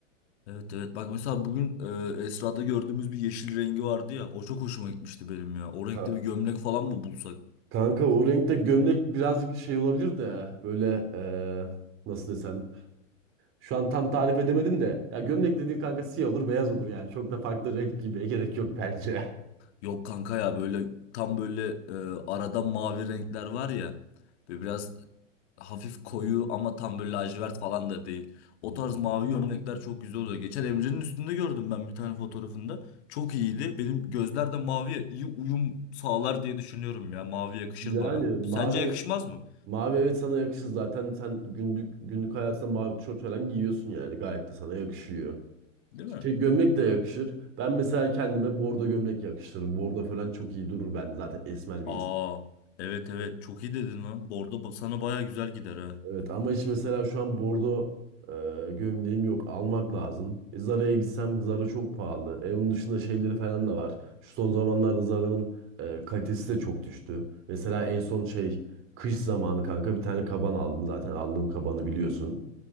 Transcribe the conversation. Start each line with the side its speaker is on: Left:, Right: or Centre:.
Left: Evet evet bak mesela bugün e, Esra'da gördüğümüz bir yeşil rengi vardı ya o çok hoşuma gitmişti benim ya. O renkte
Right: Ka-
Left: bir gömlek falan mı bulsak?
Right: Kanka o renkte gömlek birazcık şey olabilir de böyle eee, nasıl desem. Şu an tam tarif edemedim de. Ya gömlek dediğin kanka siyah olur beyaz olur yani. Çok da farklı renk giymeye gerek yok bence. <laughs>
Left: Yok kanka ya böyle tam böyle e, arada mavi renkler var ya böyle biraz hafif koyu ama tam böyle lacivert falan da değil. O tarz mavi gömlekler çok güzel oluyor. Geçen Emre'nin üstünde gördüm ben bir tane fotoğrafında. Çok iyiydi. Benim gözler de maviye iyi uyum sağlar diye düşünüyorum ya. Mavi yakışır
Right: Yani
Left: bana.
Right: mavi
Left: Sence yakışmaz mı?
Right: mavi evet sana yakışır zaten sen günlük günlük hayatında mavi tişört falan giyiyorsun yani gayet de sana yakışıyor.
Left: Değil mi?
Right: Şey gömlek de yakışır. Ben mesela kendime bordo gömlek yakıştırırım. Bordo falan çok iyi durur bende zaten esmer
Left: Aa
Right: bir
Left: evet evet çok iyi dedin lan. Bordo ba- sana baya güzel gider ha.
Right: Evet ama hiç mesela şu an bordo e, gömleğim yok. Almak lazım. E, Zara'ya gitsem Zara çok pahalı. E, onun dışında şeyleri falan da var. Şu son zamanlarda Zara'nın e, kalitesi de çok düştü. Mesela en son şey kış zamanı kanka bir tane kaban aldım. Zaten aldığım kabanı biliyorsun.